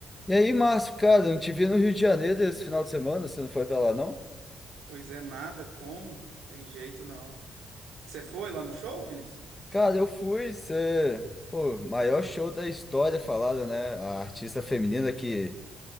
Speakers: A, on the left; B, on the right.
A: E aí, Márcio, cara, eu não te vi no Rio de Janeiro esse final de semana, você não foi pra lá, não?
B: Pois é, nada, como? Tem jeito não. Você foi lá no show, Vinícius?
A: Cara, eu fui, você... Pô, maior show da história falada, né? A artista feminina que